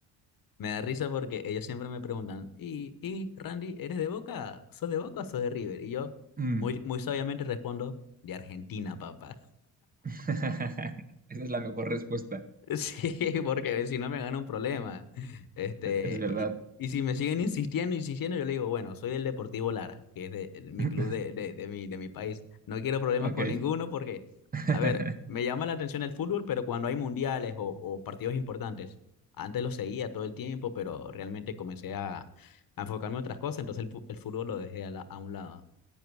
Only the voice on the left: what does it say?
Me da risa porque ellos siempre me preguntan, ¿y, y Randy, eres de Boca? ¿Sos de Boca o sos de River? Y yo
muy, muy sabiamente respondo, de Argentina, papá.
<laughs> Sí, porque si no me gana un problema. Este,
y, y si me siguen insistiendo, insistiendo, yo le digo, bueno, soy del Deportivo Lara, que es de, el- mi
club de, de, de mi, de mi país. No quiero problemas
con ninguno porque,
a ver, me llama la atención el fútbol, pero cuando hay mundiales o, o partidos importantes, antes lo seguía todo el tiempo, pero realmente comencé a, a enfocarme en otras cosas, entonces el, fu- el fútbol lo dejé a, la- a un lado.